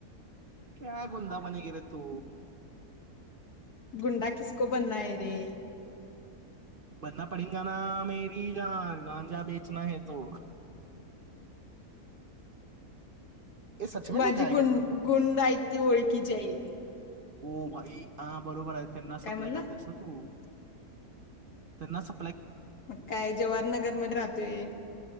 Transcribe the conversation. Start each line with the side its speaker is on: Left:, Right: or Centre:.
Right: क्या गुंदाबाने गेरे तू
Left: गुंडा किसको बनना है. ते
Right: बनना पडिंगा ना मेरी जान गांजा बेचना है तो हे सच में
Left: माझी
Right: नाही खाया
Left: गुं
Right: का तू
Left: गुंड हाईत ती ओळखीची हाईत.
Right: हो भाई ह बरोबर आहे. त्यांना
Left: काय
Right: सप्लाय
Left: म्हणला
Right: करत्यास ना तू त्यांना स
Left: मग काय जवाहरनगर मध्ये राहतोय.